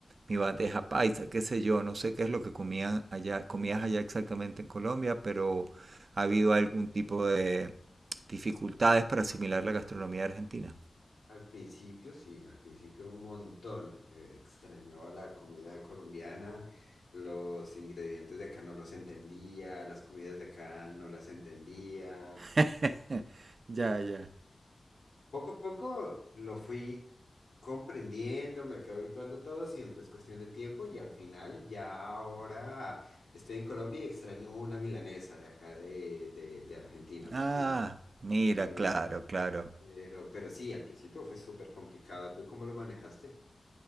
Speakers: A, on the right; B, on the left.
A: mi bandeja paisa, qué sé yo, no sé qué es lo que comían allá, comías allá exactamente en Colombia, pero ¿ha habido algún tipo de dificultades para asimilar la gastronomía argentina?
B: Al principio, sí, al principio un montón. eh, extrañaba la comida colombiana, los ingredientes de acá no los entendía, las comidas de acá no las entendía.
A: <laughs> Ya, ya.
B: Poco a poco lo fui comprendiendo, me fui habituando todo, siempre es cuestión de tiempo y al final ya ahora estoy en Colombia y extraño una milanesa de acá de, de, de Argentina,
A: Ah,
B: por ejemplo.
A: mira,
B: Eh,
A: claro, claro.
B: pero, pero sí, al principio fue súper complicado. ¿Tú cómo lo manejaste?